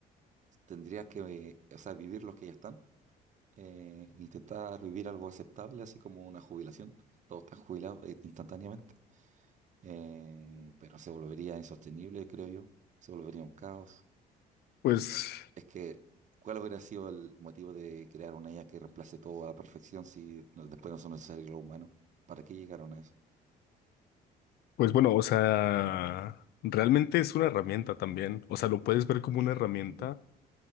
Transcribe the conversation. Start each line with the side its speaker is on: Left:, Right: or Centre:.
Right: tendría que, eh, o sea, vivir los que ya están. eh, intentar vivir algo aceptable, así como una jubilación. Todos están jubilados eh, instantáneamente, eh, pero se volvería insostenible, creo yo. Se volvería un caos.
Left: Pues,
Right: Eh, es que, ¿cuál hubiera sido el motivo de crear una IA que reemplace todo a la perfección si no- después no son necesarios los humanos? ¿Para qué llegaron a eso?
Left: pues bueno, o sea, realmente es una herramienta también. O sea, lo puedes ver como una herramienta
Right: Ujú.